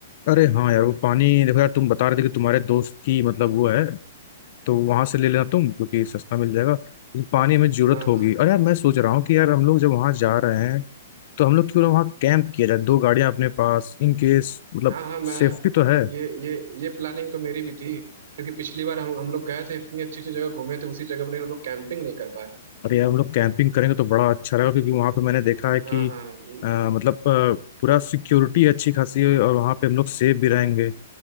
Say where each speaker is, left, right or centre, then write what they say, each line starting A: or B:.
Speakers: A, on the left; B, on the right.
A: अरे हाँ यार वो पानी देखो यार तुम बता रहे थे कि तुम्हारे दोस्त की मतलब वो है तो वहां से ले लेना तुम क्योंकि सस्ता मिल जाएगा लेकिन पानी हमें जरूरत
B: हाँ
A: होगी
B: हाँ
A: और यार मैं सोच रहा हूँ कि यार हम लोग जब वहां जा रहे हैं तो हम लोग क्यों ना वहाँ कैंप किया जाए दो गाड़ियां अपने पास इन केस मतलब
B: हाँ हाँ मैं
A: सेफ्टी तो है
B: ये ये ये प्लानिंग तो मेरी भी थी क्योंकि पिछली बार हम हम लोग गए थे इतनी अच्छी अच्छी जगह घूमे थे उसी जगह पर लेकिन हम लोग कैंपिंग नहीं कर पाए
A: और यार हम लोग कैंपिंग करेंगे तो बड़ा अच्छा रहेगा क्योंकि वहाँ पे मैंने देखा है कि
B: हाँ हाँ न-
A: अ, मतलब अ, पूरा सिक्योरिटी अच्छी खासी है और वहाँ पे हम लोग सेफ भी रहेंगे